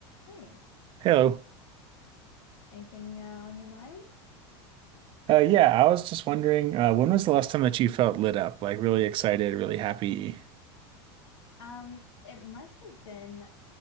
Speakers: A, on the left; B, on the right.
A: Hey,
B: Hello.
A: anything uh, on your mind?
B: Uh, yeah, I was just wondering, uh, when was the last time that you felt lit up? Like really excited, really happy?
A: Um, it must have been